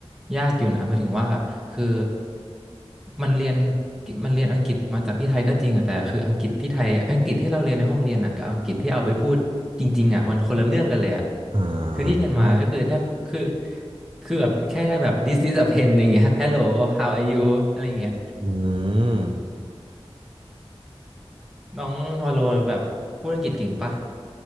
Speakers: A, in the centre; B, on the right (about 55°).
A: ยากอยู่นะหมายถึงว่าคือมันเรียนมันเรียนอังกฤษมาจากที่ไทยก็จริงอะแต่คืออังกฤษที่ไทยอังกฤษที่เราเรียนในห้องเรียนอะกับอังกฤษที่เอาไปพูดจริงๆอะมันคนละเรื่องกันเลยอะ
B: อ่า
A: คือที่เรียนมาก็คือแทบคือ
B: ใช่
A: คือแบบแค่ได้แบบ this is a pen อย่างเงี้ย hello how are you อะไรอย่างเงี้ย
B: อืม
A: น้องวาโลแบบพูดอังกฤษเก่งปะ